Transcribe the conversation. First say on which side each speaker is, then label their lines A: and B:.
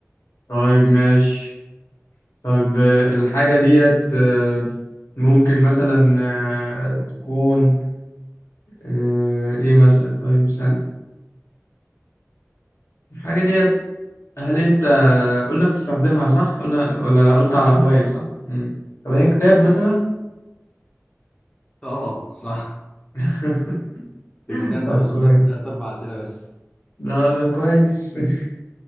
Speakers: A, on the left; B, on the left.
A: طيب ماشي طيب آه، الحاجة ديت آه، ممكن مثلا آه، تكون آه، ايه مثلا طيب ثانية الحاجة ديت هل انت قلنا بتستخدمها صح قلنا ولا قلت على هواية صح مم. طب هي كتاب مثلا
B: اه صح
A: <laughs>
B: انت جبتها انت
A: طب
B: بالسهولة
A: كويس
B: انت سألت اربع اسئلة بس
A: ده ده كويس <laughs>